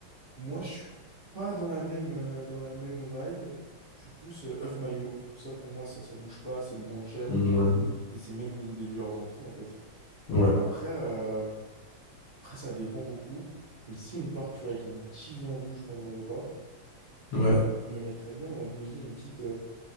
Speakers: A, on the right; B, on the left.
A: Moi, je suis pas dans la même, euh, dans la même vibe. Je suis plus euh, œuf mayo Ça, pour moi, ça, ça bouge pas. C'est le moins cher.
B: Ouais.
A: Et c'est même une des meilleures entrées, en fait.
B: Ouais,
A: Après, euh, après, ça dépend beaucoup. Mais si on part, tu vois, avec un petit vin rouge pendant le repas,
B: ouais.
A: je me mettrais bien dans le gosier une petite, euh,